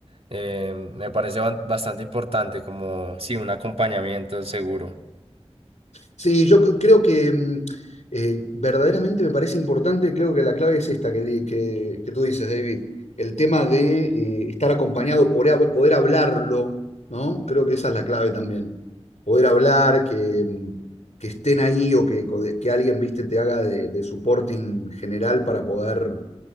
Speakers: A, on the right; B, on the left.
A: Eh, me parece ban- bastante importante como, sí, un acompañamiento seguro.
B: Sí, yo c- creo que mm, eh, verdaderamente me parece importante, creo que la clave es esta que, di- que- que tú dices, David, el tema de eh, estar acompañado, poder, hab- poder hablarlo, ¿no? Creo que esa es la clave también. Poder hablar, que, mm, que estén ahí o que, co- que alguien, viste, te haga de, de supporting general para poder